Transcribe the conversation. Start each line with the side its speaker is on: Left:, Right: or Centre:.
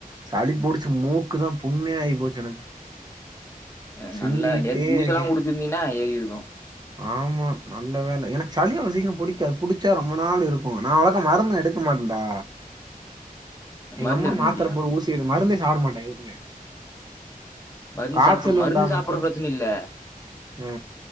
Right: சளி புடிச்சு மூக்கு தா புண்ணே ஆயி போச்சு எனக்கு
Left: அ
Right: சிந்திக்கிட்டே
Left: நல்லா நேத்து ஜூஸெல்லா
Right: இருக்கேன்
Left: குடுச்சிருந்தீனா ஏறிருக்கு
Right: ஆமா நல்ல வேல எனக்கு சளி அவ்ளோ சீக்ரோ புடிக்காது புடிச்சா ரொம்ப நாள் இருக்கு நா அவளக்கா மருந்து எடுக்க மாட்டன்டா எங்கம்மா
Left: மருந்து எடுக்க
Right: மாத்தர
Left: மாட்டியா?
Right: போடு ஊசி எடு மருந்தே சாப்ட மாட்டே எதுக்குமே
Left: மருந்து
Right: காய்ச்சல்
Left: சாப்புடு மருந்து
Right: வந்தா
Left: சாப்புறது
Right: மட்டும்
Left: பிரச்சன இல்ல
Right: ஆ